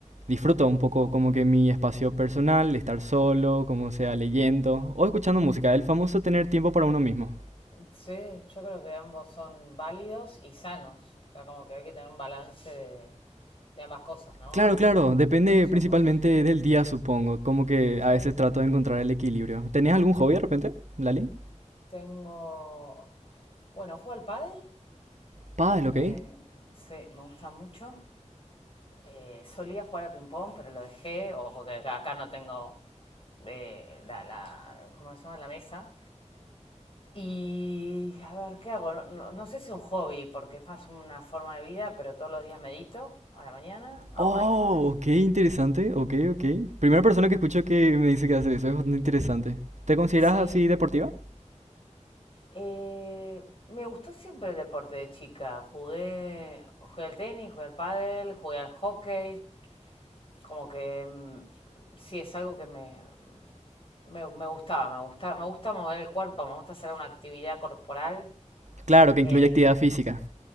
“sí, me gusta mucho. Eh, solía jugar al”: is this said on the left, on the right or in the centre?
Left